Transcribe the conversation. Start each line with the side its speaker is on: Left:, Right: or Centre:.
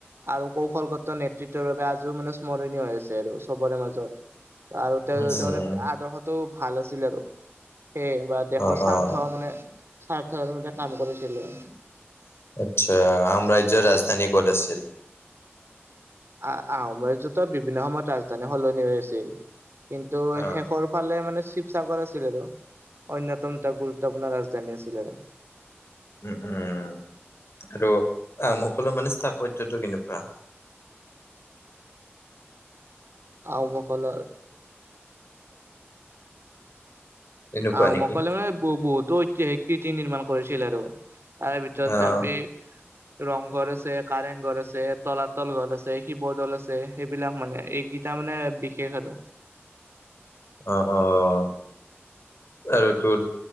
Right: আৰু কৌশলগত নেতৃত্বৰ বাবে আজিও মানে স্মৰণীয় আ হৈছে আৰু চবৰে মাজত। আৰু তেওঁ
Left: উম উম
Right: তাৰমানানে আদৰ্শতো ভাল আৰু সে বা দেশৰ
Left: অহ
Right: স্বাৰ্থ
Left: অহ
Right: মানে স্বাৰ্থ মে কাম কৰিছিলো
Left: আচ্ছা আহম ৰাজ্যৰ ৰাজধানী ক'ত আছিল।
Right: আহ আহোমজতৰ বিভিন্ন সময়ত ৰাজধানী সলনি হৈ আছিল। কিন্তু
Left: অহ
Right: শেষৰ ফালে মানে শিৱসাগৰ আছিল আৰু অন্যতম। এটা গুৰুত্বপূৰ্ণ ৰাজধানী আছিল আৰু
Left: উম উম। আৰু আহমকলৰ মানে স্থাপত্যটো কেনেকুৱা <inaudible>
Right: আমকলৰ
Left: এনেকুৱা
Right: আহোমকলে
Left: নেকি?
Right: মানে বহুতো ঐতিহাসিক কৃতি নিৰ্মাণ কৰিছিল আৰু তাৰে ভিতৰত
Left: অহ
Right: চাবি ৰংঘৰ আছে কাৰেং ঘৰ আছে তলাতল ঘল আছে শিৱদল আছে সেইবিলাক মানে এইকেইটা মানে বিশেষ আৰু
Left: আহ আহ আৰু তোৰ